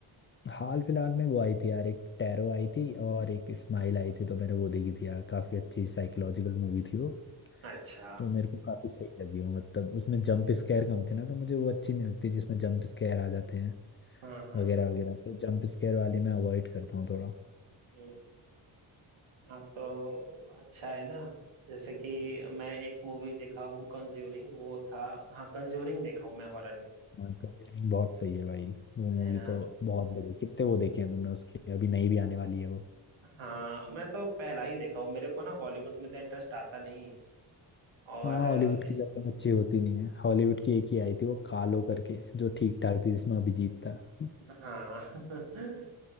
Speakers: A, on the left; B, on the right.
A: हाल फिलहाल में वो आई थी यार एक टैरो आई थी और एक स्माइल आई थी तो मैंने वो देखी थी यार काफ़ी अच्छी साइकोलॉजिकल मूवी थी वो
B: हो अच्छा
A: तो मेरे को काफ़ी सही लगी वो मतलब उसमें जंप स्केयर कम थे ना तो मुझे वो अच्छी नहीं लगती जिसमें जंप स्केयर आ जाते
B: हाँ हाँ
A: वगैरह वगैरह तो जंप स्केयर वाली मैं अवॉइड करता हूँ थोड़ा
B: हम्म। हाँ तो अच्छा है ना जैसे कि मैं एक मूवी देखा हूँ कंज्यूरिंग वो था हाँ कंज्यूरिंग देखा हूँ मैं हॉरर में
A: हाँ कंजरिंग बहुत सही है भाई वो
B: है
A: मूवी
B: ना
A: तो बहुत बड़ी कितने वो देखे हैं तुमने उसकी अभी नई भी आने वाली है वो
B: हाँ मैं तो पहला ही देखा हूँ मेरे को ना हॉलीवुड में तो इंटरेस्ट आता नहीं है और
A: हाँ
B: अ,
A: हॉलीवुड की
B: इस
A: ज्यादा अच्छी होती नहीं है हॉलीवुड की एक ही आई थी वो कालो करके जो ठीक ठाक थी जिसमें अभिजीत था <laughs>
B: हाँ <laughs>